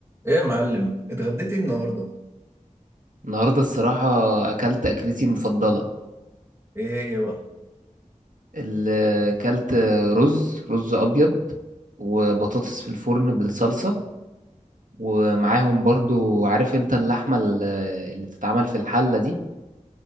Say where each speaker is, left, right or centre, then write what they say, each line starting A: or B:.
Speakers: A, on the right; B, on the right.
A: ايه يا معلم اتغديت ايه النهارده
B: النهاردة الصراحة أكلت أكلتي المفضلة
A: ايه هي بقى
B: ال- أكلت رز رز أبيض وبطاطس في الفرن بالصلصة ومعاهم برضو عارف أنت اللحمة ال- اللي بتتعمل في الحلة دي